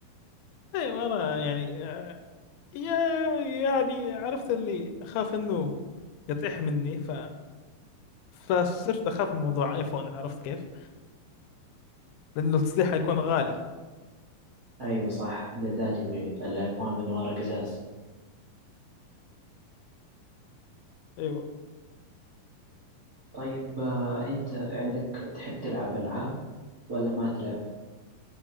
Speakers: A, on the left; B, on the right.
A: أيوة أنا يعني آه، يا يعني عرفت اللي أخاف إنه يطيح مني ف فصرت أخاف من موضوع آيفون عرفت كيف؟ لأنه التصليح حيكون غالي
B: ايوه صح بالذات يبي الايفون من ورا قزاز
A: أيوة
B: طيب آه، انت عندك تحب تلعب العاب ولا ما تلعب